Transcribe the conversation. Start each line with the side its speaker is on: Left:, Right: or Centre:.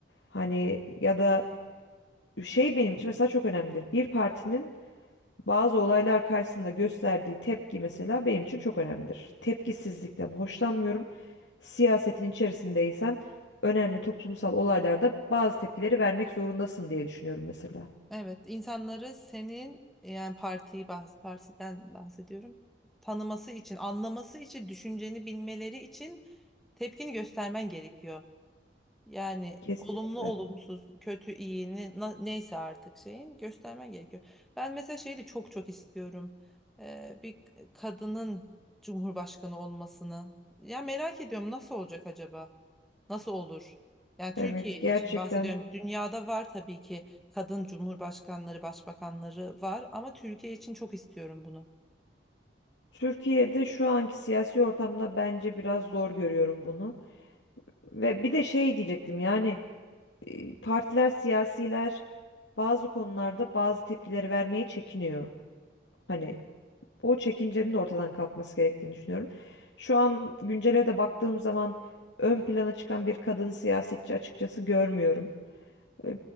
Left: hani ya da şey benim için mesela çok önemlidir. Bir partinin bazı olaylar karşısında gösterdiği tepki mesela benim için çok önemlidir. Tepkisizlikten hoşlanmıyorum. Siyasetin içerisindeysen önemli toplumsal olaylarda bazı tepkileri vermek zorundasın diye düşünüyorum mesela.
Centre: Evet, insanları senin yani partiyi bahs partiden bahsediyorum. Tanıması için, anlaması için, düşünceni bilmeleri için tepkini göstermen gerekiyor. Yani
Left: Kesinlikle.
Centre: olumlu olumsuz, kötü iyi ne- na- neyse artık şeyin göstermen gerekiyor. Ben mesela şeyi de çok çok istiyorum. Ee, bir kadının cumhurbaşkanı olmasını. Ya merak ediyorum nasıl olacak acaba? Nasıl olur? Yani Türkiye
Left: Evet, gerçekten.
Centre: için bahsediyorum. Dünyada var tabii ki kadın cumhurbaşkanları, başbakanları var ama Türkiye için çok istiyorum bunu.
Left: Türkiye'de şu anki siyasi ortamda bence biraz zor görüyorum bunu. Ve bir de şey diyecektim yani e, partiler, siyasiler bazı konularda bazı tepkileri vermeye çekiniyor. Hani o çekincenin de ortadan kalkması gerektiğini düşünüyorum. Şu an güncele de baktığım zaman ön plana çıkan bir kadın siyasetçi açıkçası görmüyorum. E,